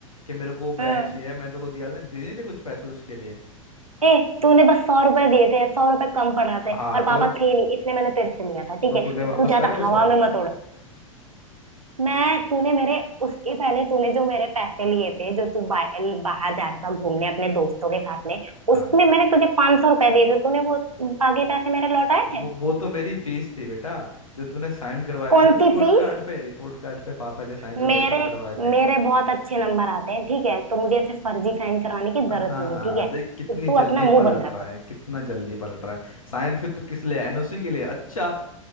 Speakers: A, on the left; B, on the right.
A: कि मेरे को वो बैग
B: है हाँ
A: चाहिए मैंने तेरे को दिया नहीं दे नहीं थे कुछ पैसे उसके लिए
B: ए तूने बस सौ रुपए दिए थे सौ रुपए कम पड़ रहे थे
A: हाँ
B: और
A: तो
B: पापा थे नहीं इसलिए मैंने तेरे से लिया था ठीक
A: तो
B: है
A: तूने
B: तो तू
A: वापस
B: ज्यादा
A: करे वो
B: हवा
A: सौ रुपये
B: में मत उड़ मैं तूने मेरे उसके पहले तूने जो मेरे पैसे लिए थे जो तू बा, बाहर जा रहा था घूमने अपने दोस्तों के साथ में
A: हाँ
B: उसमें मैंने तुझे पांच सौ रुपए दिए थे तूने वो बाकी पैसे मेरे लौटाए थे
A: वो वो तो मेरी फीस थी बेटा जो तूने साइन करवाए
B: कौन
A: थे ना रिपोर्ट
B: सी फीस
A: कार्ड पे रिपोर्ट कार्ड पे पापा के साइन जो
B: मेरे
A: मेरे से करवाए
B: मेरे
A: थे
B: बहुत अच्छे नंबर आते हैं ठीक है तो मुझे ऐसे फर्जी साइन कराने की जरूरत
A: हाँ
B: नहीं
A: हाँ
B: है ठीक है
A: देख
B: तो
A: कितनी
B: तू
A: जल्दी
B: अपना मुंह
A: पलट
B: बंद रख
A: रहा है कितना जल्दी पलट रहा है साइंस फिर तू किस लिए एनओसी के लिए अच्छा